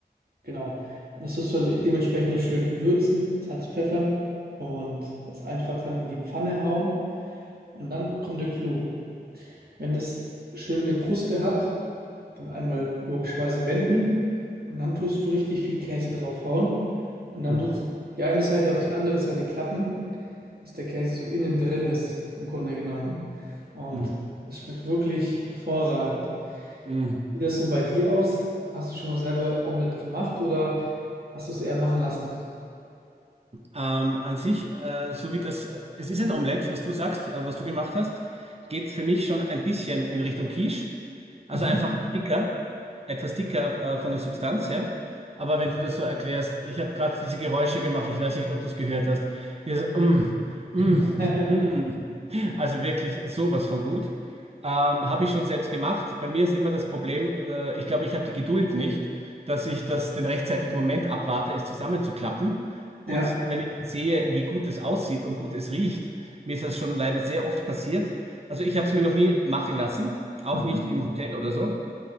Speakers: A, on the right; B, on the right.
A: Genau. Und das tust du halt dementsprechend noch schön würzen, Salz, Pfeffer und das einfach dann in die Pfanne hauen. Und dann kommt der Clou. Wenn das schön eine Kruste hat, Dann einmal logischerweise wenden und dann tust du richtig viel Käse draufhauen und dann
B: Oh.
A: tust du die eine Seite auf die andere Seite klappen, dass der Käse so innen drin ist, im Grunde genommen. Und
B: Mm,
A: das schmeckt wirklich hervorragend.
B: mm.
A: Sieht das so bei dir aus? Hast du schon mal selber Omelette gemacht oder hast du es eher machen lassen?
B: Ähm, an sich, äh, so wie das, es ist ein Omelett, was du sagst, äh, was du gemacht hast, geht für mich schon ein bisschen in Richtung Quiche. Also
A: Mhm.
B: einfach dicker, etwas dicker, äh, von der Substanz, ja. Aber wenn du das so erklärst, ich habe gerade diese Geräusche gemacht, ich weiß nicht, ob du es gehört hast. Dieses, mm, mm,
A: <laughs>
B: <laughs> mm. Also wirklich sowas von gut. Ähm, habe ich schon selbst gemacht. Bei mir ist immer das Problem, äh, ich glaube, ich habe die Geduld nicht, dass ich das den rechtzeitigen Moment abwarte, es zusammenzuklappen. Und
A: Ja.
B: wenn ich sehe, wie gut es aussieht und gut es riecht, mir ist das schon leider sehr oft passiert. Also ich habe es mir noch nie machen lassen, auch
A: Mhm.
B: nicht im Hotel oder so,